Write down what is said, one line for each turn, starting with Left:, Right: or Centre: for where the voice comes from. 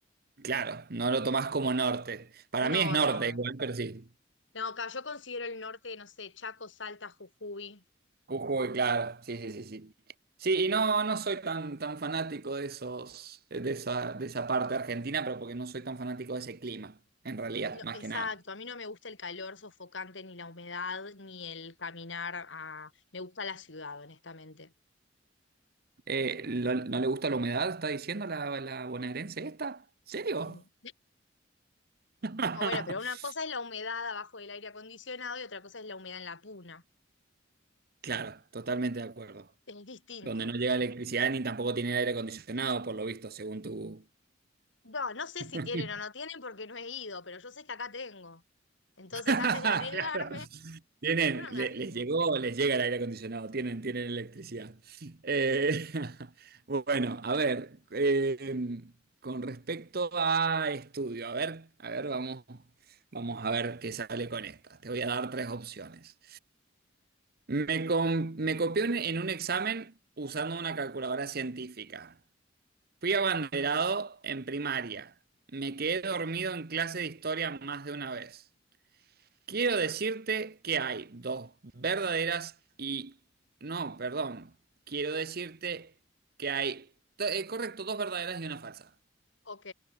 Right: Claro, no lo tomás como norte. Para
Left: No,
Right: mí es norte
Left: no.
Right: igual, pero sí.
Left: No, acá yo considero el norte, no sé, Chaco, Salta, Jujuy.
Right: Jujuy, claro, sí, sí, sí, sí. Sí, y no, no soy tan, tan fanático de esos, eh, de esa, de esa parte argentina, pero porque no soy tan fanático de ese clima, en realidad,
Left: No,
Right: más
Left: exacto,
Right: que nada.
Left: a mí no me gusta el calor sofocante, ni la humedad, ni el caminar a... Me gusta la ciudad, honestamente.
Right: Eh, ¿lo- ¿no le gusta la humedad? ¿Está diciendo la, la bonaerense esta? ¿Serio?
Left: Sí.
Right: <laughs>
Left: No, bueno, pero una cosa es la humedad abajo del aire acondicionado y otra cosa es la humedad en la puna.
Right: Claro, totalmente de acuerdo.
Left: Es distinto.
Right: Donde no llega electricidad ni tampoco tiene aire acondicionado, por lo visto, según tu,
Left: No, no sé
Right: <laughs>
Left: si tienen o no tienen porque no he ido, pero yo sé que acá tengo. Entonces,
Right: <laughs>
Left: antes de arriesgarme,
Right: Claro. Tienen,
Left: yo no
Right: le-
Left: me arriesgo.
Right: les llegó, les llega el aire acondicionado, tienen, tienen electricidad. Eh, <laughs> bueno, a ver, eh, con respecto a estudio, a ver, a ver, vamos, vamos a ver qué sale con esta. Te voy a dar tres opciones. Me, com- me copié un- en un examen usando una calculadora científica. Fui abanderado en primaria. Me quedé dormido en clase de historia más de una vez. Quiero decirte que hay dos verdaderas y... No, perdón. Quiero decirte que hay... to- eh, correcto, dos verdaderas y una falsa.
Left: Ok.